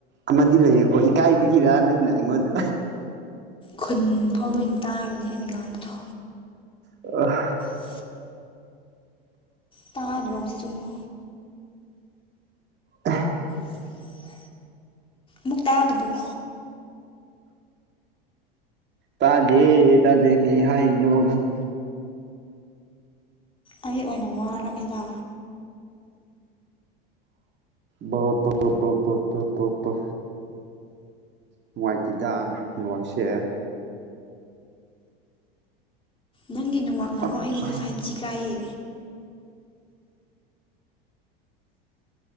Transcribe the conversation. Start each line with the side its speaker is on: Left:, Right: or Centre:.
Right: ꯑꯃꯗꯤ ꯂꯩꯌꯦꯀꯣ ꯏꯀꯥꯏꯕꯒꯤꯔ ꯅꯪꯅ ꯑꯩꯉꯣꯟꯗ
Left: ꯈꯨꯟ ꯐꯥꯎꯗ ꯑꯣꯏꯅ ꯇꯥꯔꯅꯤ ꯑꯩꯅ ꯉꯥꯡꯕꯗꯣ
Right: ꯑ
Left: ꯑ ꯇꯥꯗꯅ ꯍꯧꯖꯤ ꯇꯉꯣ
Right: ꯑ
Left: <inaudible> ꯃꯨꯛ ꯇꯥꯗꯕ꯭ꯔꯣ
Right: ꯇꯖꯦ ꯇꯖꯦ ꯀꯩ ꯍꯥꯏꯅꯣꯅꯪ
Left: ꯑꯩ ꯑꯣꯏꯅ ꯋꯥꯔꯛꯑꯦꯗ
Right: ꯕꯥ ꯕꯥ ꯕꯥ ꯄꯕꯥ ꯄ ꯄ ꯄ ꯅꯨꯡꯉꯥꯏꯇꯦꯗ ꯅꯦꯠꯋꯥꯛꯁꯦ
Left: ꯅꯪꯒꯤ ꯅ ꯋꯥꯥꯛꯅꯔꯣ
Right: ꯑꯠꯆꯥ
Left: ꯑꯩꯒꯤꯗꯤ ꯐꯥꯏꯚ ꯖꯤ ꯀꯥꯏꯌꯦ